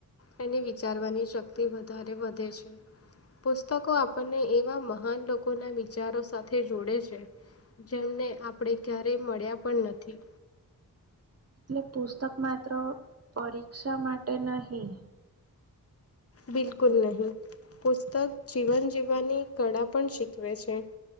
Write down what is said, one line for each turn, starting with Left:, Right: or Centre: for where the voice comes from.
Left: એને વિચારવાની શક્તિ વધારે વધે છે. પુસ્તકો આપણને એ ટલા મહાન લોકોના વિચારો સાથે જોડે છે જેમને આપણેે ક્યારેય મળ્યા પણ નથી.
Right: એટલે પુસ્તક માત્ર પરીક્ષા માટે નહીં?
Left: બિલકુલ નહીં. પુસ્તક, જીવન જીવવાની કળા પણ શીખવે છે.